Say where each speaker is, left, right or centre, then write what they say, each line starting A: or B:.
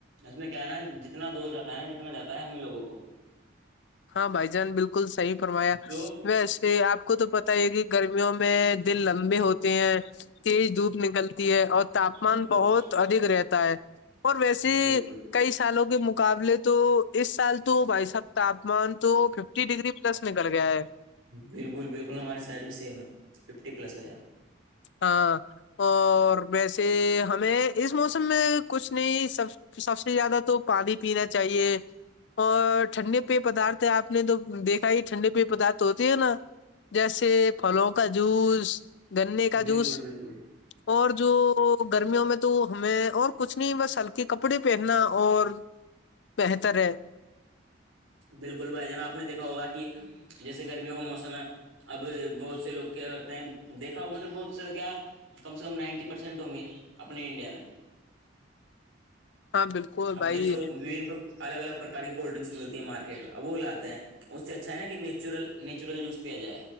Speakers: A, on the right; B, on the left.
A: اس میں کیا ہے نا جتنا دوست جاتا ہے نا جتنا جاتا ہے ہمیں لوگوں کو
B: ہاں بھائی جان بالکل صحی فرمایا
A: تو
B: ویسے آپ کو تو پت ہی کہ گرمیوں میں دن لمبے ہوتے ہیں تیز دھوپ نکلتی ہے اور تاپمان
A: بالکل
B: بہت ادھک رہتا ہے اور ویسے
A: بالکل
B: کئی سالوں کے مقابلے تو اس سال تو بھائی صاحب تاپمان تو ففٹی ڈگری پلس نکل گیا ہے
A: بالکل بالکل ہماری سائڈ بھی سیم ہے ففٹی پلس گیا
B: ہاں اور ویسے ہمیں اس موسم میں کچھ نہیں سب تو سب سے زیادہ تو پانی پینا چاہیے اور ٹھنڈے پی پدارت آپ نے تو دیکھا ہی ٹھنڈے پی پدارت ہوتے ہے نا جیسے پھلوں کا جوس گنے کا
A: بالکل
B: جوس اور
A: بالکل
B: اور جو گرمیوں میں تو ہمیں اور کچھ نہیں بس ہلکے کپڑے پہننا اور پ ہتر
A: بالکل بھائی جانا آپ نے دیکھا ہوگا کہ جیسے گرمیوں کا موسم ہے اب بہت سے لوگ کیا کرتے ہیں دیکھا ہو مطلب بہت سے کیا کم سے کم نائنٹی پرسینٹ ہوں گے اپنے انڈیا میں
B: ہاں بالکل
A: اب
B: بھائی
A: جیسو الگ الگ پرک کی کولڈ ڈرنکس ملتی ہے مارکیٹ میں وہ لاتے ہے اس سے اچھا ہے نا کہ نیچرل نیچرل جوس پیا جائے